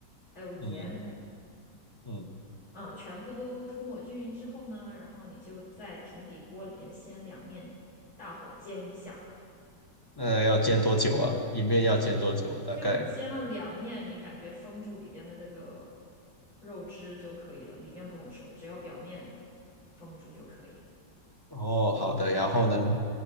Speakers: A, on the left (about 50°); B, on the left (about 15°).
A: 还有盐。
B: 嗯嗯，
A: 嗯，全部都涂抹均匀之后呢，然后你就在平底锅里边先两面大火煎一下，
B: 那要煎多久啊？一面要煎多久啊？大概。
A: 就煎了两面，你感觉封住里边的那个肉汁就可以了，里面不用熟，只要表面封住就可以。
B: 哦，好的。
A: 然后，
B: 然后呢？